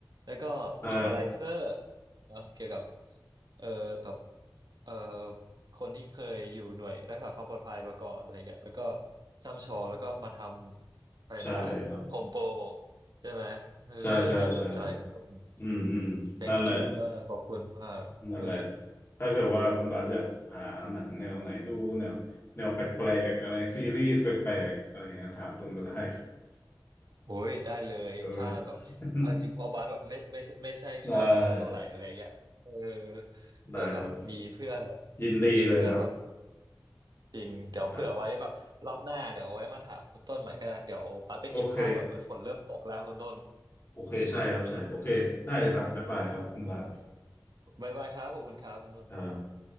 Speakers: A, on the right; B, on the left.
A: แล้วก็อีควอไลเซอร์
B: ใช่
A: เนาะเกี่ยวกับเออแบบเออคนที่เคยอยู่หน่วยรักษาความปลอดภัยมาก่อนอะไรเงี้ยแล้วก็ช่ำชองแล้วก็มาทำอะไรนะ
B: ใช่ครับ
A: โฮมโปร ใช่ไหมเออน่าสนใจคุณต้น
B: ใช่ใช่ใช่ อืมอืมนั่นแหละ
A: thank you มากขอบคุณมากเออ
B: นั่นแหละถ้าเกิดว่าคุณบาสอยากหาหนังแนวไหนดูแนวแนวแปลกๆอะไรซีรีส์แปลกๆอะไรอย่างเงี้ยถามตุนมาได้ครับ
A: โอ้ยได้เลยถ้าแบบเอาจริงๆเพอบาสแบบไม่ไม่ไม่ใช่คอหนังเท่าไหร่อะไรเงี้ยเออ
B: เออ <laughs> ได้
A: เผื่อแบบมีเพื่อนแบบ
B: ได้ครับยินดีเลยครับ
A: มีเพื่อนแบบจริงเดี๋ยวเผื่อไว้แบบรอบหน้าเดี๋ยวเอาไว้มาถามคุณต้นใหม่ก็ได้เดี๋ยวบาสไปเก็บผ้าก่อนเหมือนฝนเริ่มตกแล้วคุณต้น
B: ครับโอเคโอเคใช่ครับใช่โอเคได้เลยครับบ๊ายบายครับคุณบาส
A: บ๊ายบายครับขอบคุณครับคุณต้น
B: ครับ